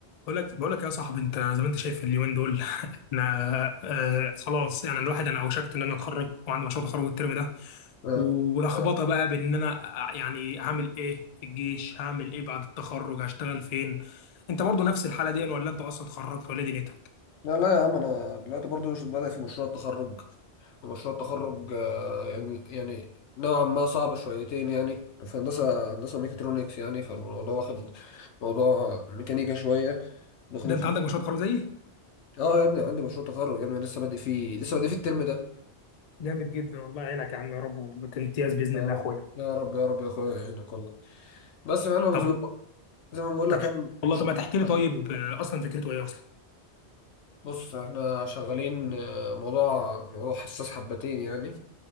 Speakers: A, on the left; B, on the left.
A: بقول لك بقول لك يا صاحبي انت زي ما انت شايف اليومين دول <laughs> انا آه خلاص يعني الواحد انا اوشكت ان انا اتخرج وعندي مشروع تخرج الترم ده
B: آه.
A: ولخبطه بقى بان انا ع- يعني هعمل ايه في الجيش هعمل ايه بعد التخرج هشتغل فين انت برضو نفس الحاله دي ولا انت اصلا اتخرجت ولا إيه دنيتك
B: لا لا يا عم انا دلوقتي برضو بدأ في مشروع التخرج ومشروع التخرج آه، يعني يعني نوعا ما صعب شويتين يعني في هندسة هندسة ميكاترونكس يعني فالموضوع واخد موضوع ميكانيكا شوية داخلين
A: ده انت
B: في
A: عندك مشروع تخرج زيي
B: اه يا ابني عندي مشروع تخرج يا ابني لسه بادئ فيه لسه بادئ فيه الترم ده
A: جامد جدا والله يعينك يا عم يا رب وبتمتياز باذن
B: يا
A: الله
B: رب
A: يا اخويا
B: يا رب يا رب يا اخويا يعينك والله بس انا
A: طب
B: زي ما زي ما بقول
A: طب
B: لك يعني مش
A: والله طب ما تحكي لي
B: حبتين
A: طيب
B: يعني
A: آه، اصلا فكرته ايه اصلا
B: بص احنا شغالين آه، موضوع موضوع حساس حبتين يعني